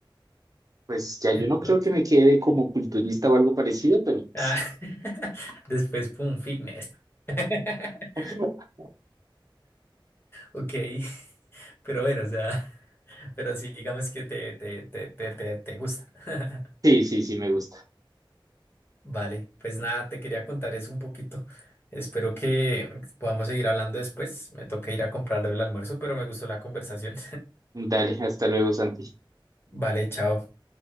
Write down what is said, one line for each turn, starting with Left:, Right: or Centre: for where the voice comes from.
Right: Pues ya
Left: Entonces,
Right: yo no creo que me quede como culturista o algo parecido, pero pues
Left: ah, <laughs> después, pum, fitness. <laughs>
Right: <laughs>
Left: Ok, <laughs> pero bueno, o sea, <laughs> pero sí, digamos que te, te, te, te, te, te gusta. <laughs>
Right: sí, sí, sí me gusta.
Left: Vale, pues nada, te quería contar eso un poquito. Espero que podamos seguir hablando después. Me toca ir a comprarlo del almuerzo, pero me gustó la conversación.
Right: Dale, hasta luego, Santi.
Left: <laughs> Vale, chao.